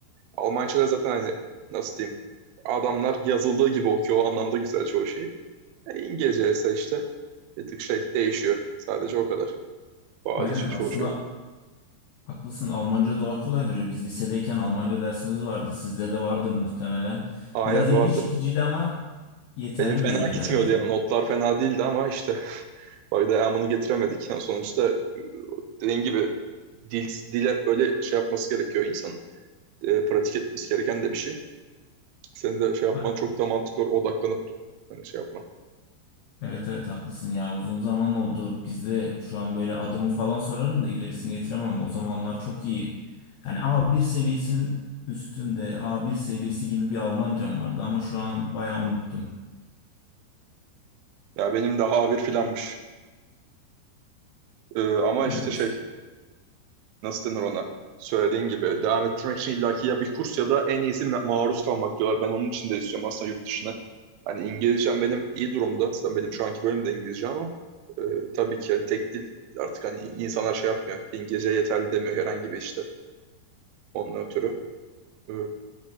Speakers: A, on the right; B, on the left.
A: Almanca'da zaten hani nasıl diyeyim? Adamlar yazıldığı gibi okuyor. O anlamda güzel çoğu şeyi. E, İngilizce ise işte bir tık şey değişiyor. Sadece o kadar. Bazı
B: Aynen
A: şey, çoğu
B: aslında
A: şey öyle.
B: Haklısın. Almanca daha kolay duruyor. Biz lisedeyken Almanca dersimiz vardı. Sizde de vardır muhtemelen.
A: Aynen
B: Biraz ilgi
A: vardı.
B: çekiciydi ama yeterli
A: Benim fena
B: değildi
A: gitmiyordu
B: bence.
A: ya. Notlar fena değildi ama işte <laughs> bak devamını getiremedik. Yani sonuçta dediğin gibi dil, dil hep böyle şey yapması gerekiyor insanın. E, pratik etmesi gereken de bir şey. Senin de şey yapman
B: Ha,
A: çok da mantıklı olur. Odaklanıp hani şey yapman.
B: Evet evet haklısın ya. Uzun zaman oldu. Bizde şu an böyle adımı falan sorarım da ilerisini getiremem. O zamanlar çok iyi. Yani a bir seviyesinin üstünde a bir seviyesi gibi bir Almancam vardı ama şu an bayağı unuttum.
A: Ya benim daha A1 filanmış. E, ama işte
B: Evet.
A: şey nasıl denir ona? Söylediğin gibi devam ettirmek için illaki ya bir kurs ya da en iyisi ma- maruz kalmak diyorlar. Ben onun için de istiyorum aslında yurt dışına. Hani İngilizcem benim iyi durumda. Aslında benim şu anki bölüm de İngilizce ama e, tabii ki yani tek dil artık hani insanlar şey yapmıyor. İngilizce yeterli demiyor herhangi bir işte onun ötürü. E,